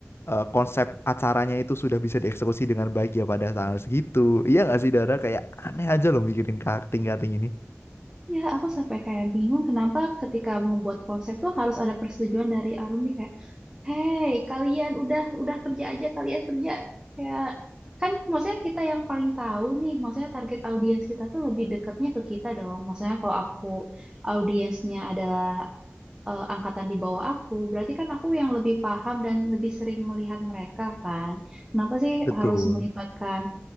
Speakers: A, on the left; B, on the right.
A: eh, konsep acaranya itu sudah bisa dieksekusi dengan baik ya pada tanggal segitu. Iya nggak sih Dara? Kayak aneh aja loh mikirin cutting-cutting ini.
B: Ya, aku sampai kayak bingung kenapa ketika membuat konsep tuh harus ada persetujuan dari alumni kayak, "Hey, kalian udah udah kerja aja, kalian kerja." Kayak kan maksudnya kita yang paling tahu nih, maksudnya target audiens kita tuh lebih dekatnya ke kita dong. Maksudnya kalau aku audiensnya adalah eh, angkatan di bawah aku, berarti kan aku yang lebih paham dan lebih sering melihat mereka kan. Kenapa sih
A: Betul.
B: harus melibatkan